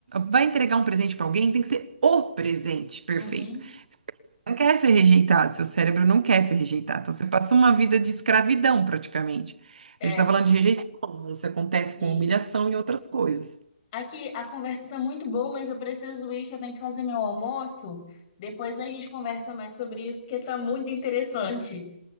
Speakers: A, on the right; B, on the left.
A: Vai entregar um presente para alguém, tem que ser o presente perfeito
B: Uhum.
A: não quer ser rejeitado, seu cérebro não quer ser rejeitado. Então, você passou uma vida de escravidão, praticamente.
B: É,
A: A gente está falando de rejeição, isso acontece
B: sim.
A: com humilhação e outras coisas.
B: Aqui a conversa tá muito boa, mas eu preciso ir, que eu tenho que fazer meu almoço. Depois a gente conversa mais sobre isso, porque tá muito interessante.